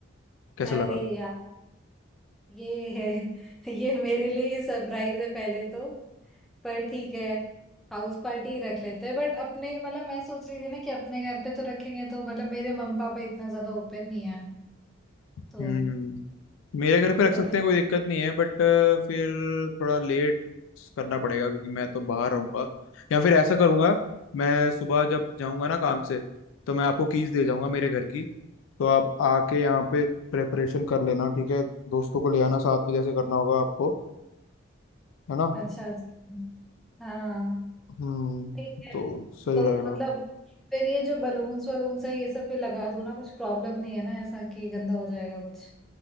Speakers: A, on the left; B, in the centre.
A: कैसा
B: अरे
A: लगा
B: यार ये है ये मेरे लिए ही सरप्राइज है पहले तो पर ठीक है हाउस पार्टी ही रख लेते हैं बट अपने मतलब मैं सोच रही थी ना कि अपने घर पे तो रखेंगे तो मतलब मेरे मम्मी पापा इतना ज्यादा ओपन नहीं है
A: हम्म
B: तो
A: मेरे घर पे रख
B: मतलब
A: सकते हैं कोई दिक्कत नहीं है बट फिर थोड़ा लेट करना पड़ेगा क्योंकि मैं तो बाहर रहूंगा या फिर ऐसा करूंगा मैं सुबह जब जाऊंगा ना काम से तो मैं आपको कीज दे जाऊंगा मेरे घर की तो आप आके यहाँ पे प्रेपरेशन कर लेना ठीक है दोस्तों को ले आना साथ में जैसे करना होगा आपको है ना
B: अच्छा अच्छा। हाँ
A: हम्म
B: ठीक है
A: तो सही
B: तो
A: रहेगा
B: मतलब फिर ये जो बलून्स वलून्स है ये सब भी लगा दो ना कुछ प्रॉब्लम नहीं है ना ऐसा कि गंदा हो जाएगा कुछ